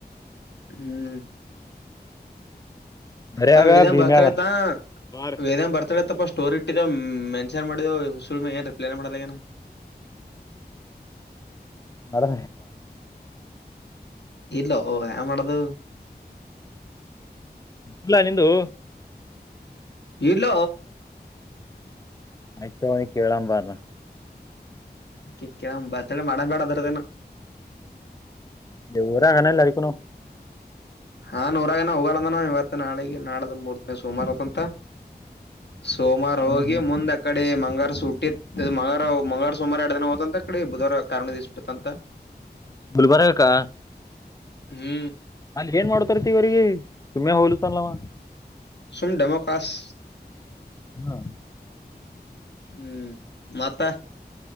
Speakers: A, on the left; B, on the left.
A: ಹ್ಮ್
B: ಬರಿಯಾಗ
A: ಆ ವೇದ್ಯ
B: ಭೀಮ್ಯಾಗ
A: ಬರ್ತಾಳೆತ್ತ
B: ಹಾ
A: ವೇದ್ಯನ್ ಬರ್ತಾಳೆತ್ತ ಪಸ್ಟ್ ಸ್ಟೋರಿ ಇಟ್ಟರ ಮೆನ್ಷನ್ ಮಾಡಿದ ಹುಸು ಮ್ಯಾಗ ಏ ರಿಪ್ಲೈ ಮಾಡದ ಏನ
B: ಮಣ
A: ಇಲ್ಲ ಓ ಮಾಡಡದು
B: ಇಿಲ್ಲ ನಿಂದು
A: ಇಲ್ಲ
B: ಆಯ್ತು ಅವನಿ ಕೇಳಂಬಾರ
A: ಅಕಿ ಕ ಬತ್ಳ ಮಾಡಬೇಡ ಅದಾರದೇನ
B: ಊರ ಅಗನ ಇಲ್ಲ ಅಡಕ್ಕನ
A: ಹಾನ್ೂರಾಗನ ಹೋಗದನ ಇವತ್ ನಾಳ ನಾಳ್ದ ಮೂರ್ತಿ ಸೋಮಾರತ್ಂತ ಸೋಮವಾರ
B: ಹ್ಮ್
A: ಹೋಗಿ
B: ಹ್ಮ್
A: ಮುಂದೆ ಕಡೆ ಡಿ ಮಂಗಾರ ಸುಟ್ಟಿ ಮಂಗಾರ ಮಂಗ್ಾರ ಸುಮಾರ ಎರಡು ದಿನ ಹೋ್ಂತ ಕಡೆ ಬುಧವಾರ ಕಾರ್ಣದಸ್ ಬಿಿತಂತ
B: ಗುಲ್ಬರ್ಗಕ್ಕ
A: ಹ್ಮ್
B: ಅಲ್ಲಿ ಏನ್ ಮಾಡ್ತಾರತಿವ್ರಗ ತುಿ ಹಲ್ಲ ಚಲ್ಲವ
A: ಸುಮ್ ಡೆಮೋ ಕ್ಲಾಸ್
B: ಹಾ
A: ಹ್ಮ್ ಮಾತ